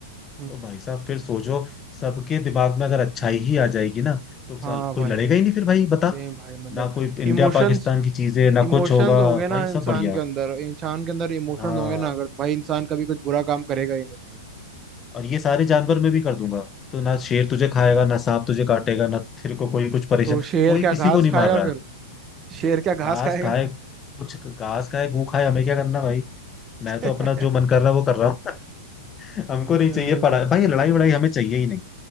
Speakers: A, on the right (about 30°); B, on the left (about 25°).
A: हम्म,
B: ओ भाई साहब फिर सोचो सबके दिमाग में अगर अच्छाई ही आ जाएगी ना तो साल
A: हाँ
B: कोई
A: भाई
B: लड़ेगा ही नहीं फिर भाई बता
A: सेम भाई मतलब
B: ना कोई इंडिया
A: इमोशंस
B: पाकिस्तान की चीजें ना
A: इमोशंस
B: कुछ होगा
A: हो गए ना
B: भाई सब
A: इंसान
B: बढ़िया
A: के अंदर इंसान के अंदर इमोशंस
B: हाँ
A: हो गए ना अगर तो भाई इंसान कभी कुछ बुरा काम करेगा ही नहीं भाई
B: और ये सारे जानवर मैं भी कर दूंगा तो ना शेर तुझे खाएगा ना सांप तुझे काटेगा ना तेरे को कोई कुछ परेशान
A: तो शेर
B: कोई
A: क्या घास
B: किसी को नहीं
A: खाएगा
B: मार रहा
A: फिर
B: है
A: शेर क्या घास
B: घास
A: खाएगा
B: खाए
A: फिर
B: कुछ घास खाए गू खाए हमें क्या करना भाई मैं
A: <laughs>
B: तो अपना जो मन कर रहा है वो कर रहा हूँ <laughs> हमको नहीं
A: हम्म,
B: चाहिए पढ़ाई भाई लड़ाई वड़ाई हमें चाहिए ही नहीं